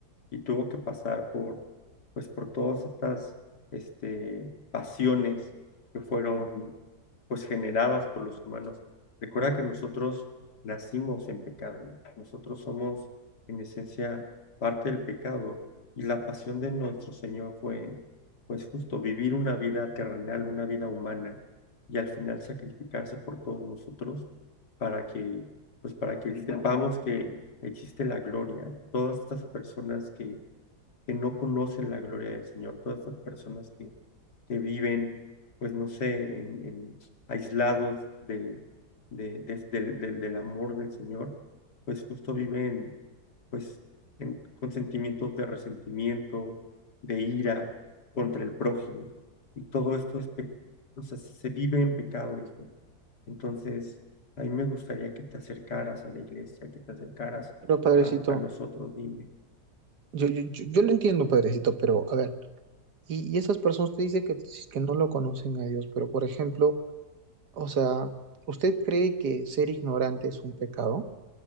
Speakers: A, on the left; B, on the right.
A: y tuvo que pasar por, pues, por todas estas este, pasiones que fueron pues, generadas por los humanos. Recuerda que nosotros nacimos en pecado. ¿no? Nosotros somos en esencia parte del pecado y la pasión de nuestro Señor fue pues justo vivir una vida terrenal, una vida humana y al final sacrificarse por todos nosotros para que, pues para que sepamos que existe la gloria. Todas estas personas que que no conocen la gloria del Señor, todas estas personas que, que viven, pues no sé, en, en aislados de, de, des- del, del- del amor del Señor, pues justo viven pues en- con sentimientos de resentimiento, de ira contra el prójimo. Y todo esto es, pe- o sea, se vive en pecado, hijo. Entonces, a mí me gustaría que te acercaras a la iglesia, que te acercaras
B: Pero Padrecito,
A: a, a nosotros, dime.
B: yo, yo, yo, yo lo entiendo, Padrecito, pero a ver, y, y esas personas te dicen que, si, que no lo conocen a Dios, pero por ejemplo, o sea, ¿usted cree que ser ignorante es un pecado?